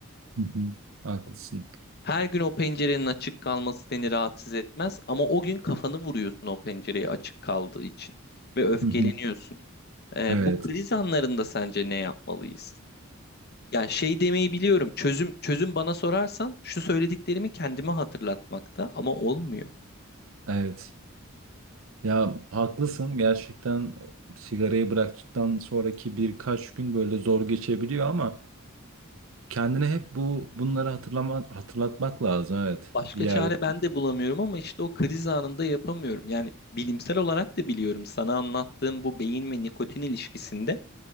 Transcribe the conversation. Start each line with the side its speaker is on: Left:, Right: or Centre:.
Right: Hı hı. Haklısın.
Left: Her gün o pencerenin açık kalması seni rahatsız etmez ama o gün kafanı vuruyorsun o pencereye açık kaldığı için ve öfkeleniyorsun.
Right: Hı hı.
Left: Ee,
Right: Evet.
Left: bu kriz anlarında sence ne yapmalıyız? Yani şey demeyi biliyorum. Çözüm çözüm bana sorarsan şu söylediklerimi kendime hatırlatmakta ama olmuyor.
Right: Evet. Ya haklısın gerçekten sigarayı bıraktıktan sonraki birkaç gün böyle zor geçebiliyor ama kendine hep bu bunları hatırlama, hatırlatmak lazım evet
Left: Başka
Right: bir yerde.
Left: çare ben de bulamıyorum ama işte o kriz anında yapamıyorum. Yani bilimsel olarak da biliyorum sana anlattığım bu beyin ve nikotin ilişkisinde